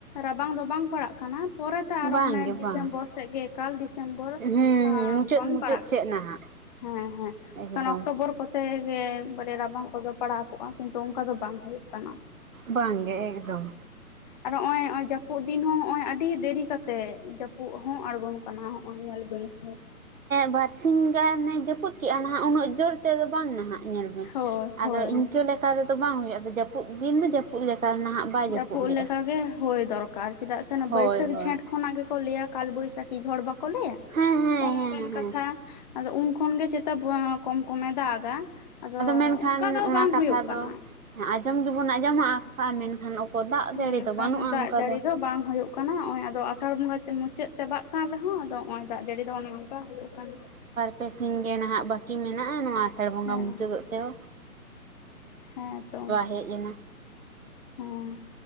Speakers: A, on the left; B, on the right.
A: ᱨᱟᱵᱟᱝ ᱫᱚ ᱵᱟᱝ ᱯᱟᱲᱟᱜ ᱠᱟᱱᱟ ᱯᱚᱨᱮ ᱟᱨᱚ
B: ᱵᱟᱝ
A: ᱦᱟᱱᱮ
B: ᱜᱮ ᱵᱟᱝ
A: ᱰᱤᱥᱮᱢᱵᱚᱨ ᱥᱮᱫ ᱜᱮ ᱮᱠᱟᱞ ᱰᱤᱥᱮᱢᱵᱚᱨ
B: ᱦᱩᱸ ᱦᱩᱸ ᱢᱩᱪᱟᱹᱫ
A: ᱠᱷᱚᱱ
B: ᱢᱩᱪᱟᱹᱫ
A: ᱯᱟᱲᱟᱜ
B: ᱥᱮᱫ
A: ᱠᱟᱱᱟ
B: ᱱᱟᱦᱟᱜ
A: ᱦᱮᱸ ᱦᱮᱸ
B: ᱮᱠᱫᱚᱢ
A: ᱚᱠᱴᱳᱵᱚᱨ ᱠᱚᱛᱮ ᱜᱮ ᱵᱚᱞᱮ ᱨᱟᱵᱟᱝ ᱠᱚᱫᱚ ᱯᱟᱲᱟᱣ ᱠᱚᱜᱼᱟ ᱠᱤᱱᱛᱩ ᱚᱱᱠᱟ ᱫᱚ ᱵᱟᱝ ᱦᱩᱭᱩᱜ ᱠᱟᱱᱟ <unintelligible>
B: ᱵᱟᱝ ᱜᱮ ᱮᱠᱫᱚᱢ
A: ᱟᱨ ᱱᱚᱜᱚᱭ ᱡᱟᱹᱯᱩᱫ ᱫᱤᱱ ᱦᱚᱸ ᱱᱚᱜᱚᱭ ᱟᱹᱰᱤ ᱫᱮᱨᱤ ᱠᱟᱛᱮᱜ ᱩᱵ ᱦᱚᱸ ᱟᱬᱜᱚᱱ ᱠᱟᱱᱟ ᱦᱚᱜᱼᱚᱭ ᱧᱮᱞ ᱵᱤᱱ ᱥᱮ
B: ᱵᱟᱨᱥᱤ ᱜᱟᱱᱮ ᱡᱟᱹᱯᱩᱫ ᱠᱮᱜᱼᱟ ᱱᱟᱦᱟᱜ ᱩᱱᱟᱹᱜ ᱡᱳᱨ ᱛᱮᱫᱚ ᱵᱟᱝ ᱱᱟᱦᱟᱜ ᱧᱮᱞ ᱢᱮ
A: ᱦᱳᱭ
B: ᱟᱫᱚ
A: ᱦᱳᱭ
B: ᱤᱱᱠᱟᱹ ᱞᱮᱠᱟ ᱛᱮᱫᱚ ᱵᱟᱝ ᱦᱩᱭᱩᱜᱼᱟ ᱡᱟᱹᱯᱩᱫ ᱫᱤᱱ ᱫᱚ ᱡᱟᱹᱯᱩᱫ ᱞᱮᱠᱟ ᱱᱟᱦᱟᱜ ᱵᱟᱭ
A: ᱡᱟᱹᱯᱩᱫ
B: ᱞᱮᱜᱼᱟ
A: ᱞᱮᱠᱟᱜᱮ ᱦᱳᱭ ᱫᱚᱨᱠᱟᱨ ᱪᱮᱫᱟᱜ ᱥᱮ
B: ᱦᱳᱭ
A: ᱵᱟᱹᱭᱥᱟᱹᱠᱷ
B: ᱦᱳᱭ
A: ᱡᱷᱮᱸᱴ ᱠᱷᱚᱱᱟᱜ ᱜᱮᱠᱚ ᱞᱟᱹᱭᱟ ᱠᱟᱞ ᱵᱟᱹᱭᱥᱟᱹᱠᱷᱤ ᱠᱤ ᱡᱷᱚᱲ ᱵᱟᱠᱚ ᱞᱟᱹᱭᱟ
B: ᱦᱮᱸ ᱦᱮᱸ
A: ᱱᱚᱝᱠᱟᱱ
B: ᱦᱮᱸ ᱦᱮᱸ
A: ᱠᱟᱛᱷᱟ ᱟᱫᱚ ᱩᱱ ᱠᱷᱚᱱ ᱜᱮ ᱪᱮ ᱛᱟᱵᱚ ᱠᱚᱢ ᱠᱚᱢᱮ ᱫᱟᱜᱟ ᱟᱫᱚ
B: ᱢᱮᱱᱠᱷᱟᱱ
A: ᱚᱱᱠᱟ ᱫᱚ
B: ᱚᱱᱟ
A: ᱵᱟᱝ
B: ᱠᱟᱛᱷᱟ
A: ᱦᱩᱭᱩᱜ ᱠᱟᱱᱟ᱾
B: ᱫᱚ ᱟᱸᱡᱚᱢ ᱜᱮᱵᱚᱱ ᱟᱸᱡᱚᱢᱟ ᱠᱟᱜᱼᱟ ᱢᱮᱱᱠᱷᱟᱱ ᱫᱟᱜ ᱡᱟᱹᱲᱤ
A: ᱢᱮᱱᱠᱷᱟᱱ
B: ᱫᱚ ᱵᱟᱹᱱᱩᱜᱼᱟ
A: ᱫᱟᱜ
B: ᱚᱱᱠᱟ
A: ᱡᱟᱹᱲᱤ ᱫᱚ ᱵᱟᱝ ᱦᱳᱭᱳᱜ ᱠᱟᱱᱟ ᱱᱚᱜᱼᱚᱭ ᱟᱫᱚ ᱟᱥᱟᱲ ᱵᱚᱸᱜᱟ ᱢᱩᱪᱟᱹᱫ ᱪᱟᱵᱟᱜ ᱠᱟᱱ ᱨᱮᱦᱚᱸ ᱱᱚᱜᱼᱚᱭ ᱫᱟᱜ ᱡᱟᱹᱲᱤ ᱫᱚ ᱚᱱᱮ ᱚᱱᱠᱟ ᱦᱩᱭᱩᱜ ᱠᱟᱱᱟ
B: ᱦᱟᱯᱮ ᱥᱤᱧ ᱜᱮ ᱱᱟᱦᱟᱜ ᱵᱟᱹᱠᱤ ᱢᱮᱱᱟᱜᱼᱟ ᱱᱚᱣᱟ ᱟᱥᱟᱲ ᱵᱚᱸᱜᱟ
A: ᱦᱮᱸ
B: ᱢᱩᱪᱟᱹᱫᱚᱜ ᱛᱮᱦᱚᱸ
A: ᱦᱮᱸ ᱛᱚ
B: ᱦᱮᱡ ᱮᱱᱟ
A: ᱦᱮᱸ